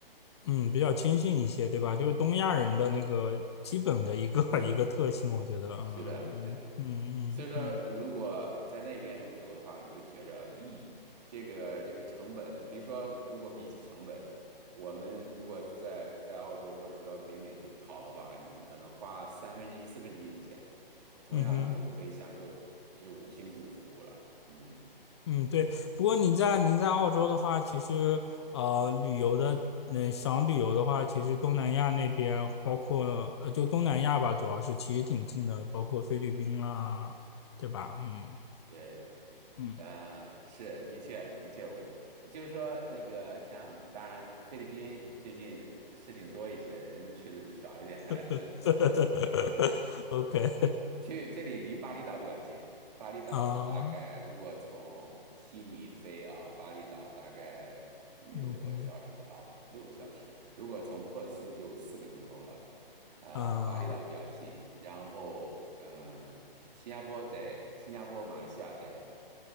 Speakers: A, on the left; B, on the right.
A: 嗯，比较谦逊一些，对吧？就是东亚人的那个基本的一个 <laughs> 一个特性，我觉得，
B: 是的，
A: 嗯嗯嗯嗯嗯
B: 是的，所以说，如果在那边旅游的话，你会觉着，咦，这个这个成本，你比如说，如果比起成本，我们如果在在澳洲或者说北美去跑的话，你你可能花三分之一、四分之一的钱，同样都可以享受这五星级的服务了。
A: 嗯哼。
B: 嗯，
A: 嗯，对。不过您在您在澳洲的话，其实呃，旅游的，嗯、想旅游的话，其实东南亚那边，包括呃，就东南亚吧，主要是其实挺近的，包括菲律宾啦，对吧？嗯
B: 对。
A: 嗯
B: 啊，是，的确，的确问，就是说那个像，当然菲律宾最近事情多一些，人们去的就少一点。<laughs>
A: <laughs>，OK
B: 去这里离巴厘岛比较近，巴厘岛呢，
A: 啊，
B: 大概如果从悉尼飞啊，巴厘岛大概六个小时不到吧，
A: 嗯哼，
B: 六个小时。如果从珀斯就四个钟头了，啊、
A: 啊
B: 巴厘岛比较近，然后嗯、呃新加坡得，新加坡、马来西亚得。